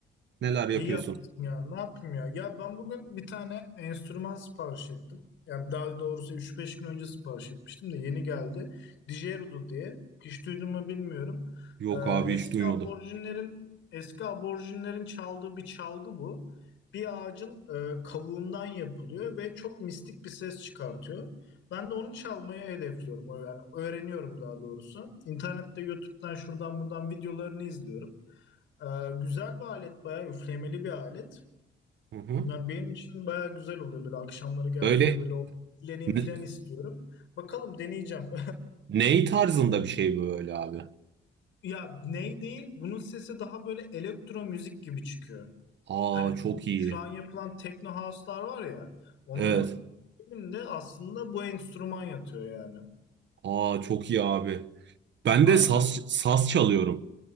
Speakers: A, on the right; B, on the left.
A: Neler yapıyorsun?
B: İyi yapmışsın ya. Ne yapayım ya? Ya ben bugün bir tane enstrüman sipariş ettim. Yani daha doğrusu üç beş gün önce sipariş etmiştim de yeni geldi. Digerudo diye. Hiç duydun mu bilmiyorum.
A: Yok
B: Ee,
A: abi
B: eski
A: hiç duymadım.
B: aborjinlerin eski aborjinlerin çaldığı bir çalgı bu. Bir ağacın e, kavuğundan yapılıyor ve çok mistik bir ses çıkartıyor. Ben de onu çalmayı hedefliyorum. Yani öğreniyorum daha doğrusu. İnternette, YouTube'dan, şuradan buradan videolarını izliyorum. Ee, güzel bir alet, bayağı üflemeli bir alet.
A: Hı hı.
B: Ya benim için bayağı güzel oluyor böyle akşamları geldiğimde
A: Böyle
B: böyle o üfleneyim
A: ne,
B: falan istiyorum. Bakalım deneyeceğim. <laughs>
A: ney tarzında bir şey böyle abi?
B: Ya ney değil, bunun sesi daha böyle elektro müzik gibi çıkıyor.
A: Aa
B: Hani
A: çok iyi.
B: şu an yapılan techno house'lar var ya, onların
A: Evet.
B: de aslında bu enstrüman yatıyor yani.
A: Aa çok iyi abi. Ben
B: Aynen.
A: de saz, saz çalıyorum.